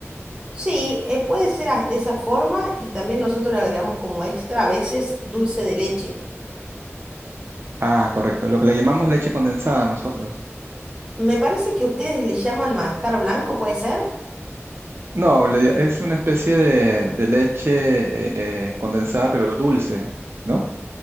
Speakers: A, on the right; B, on the right.
A: Sí, eh, puede ser a- de esa forma y también nosotros le agregamos como extra a veces dulce de leche.
B: Ah, correcto, lo que le llamamos leche condensada nosotros.
A: Me parece que ustedes le llaman manjar blanco, ¿puede ser?
B: No, le- es una especie de, de leche eh, condensada pero dulce, ¿no?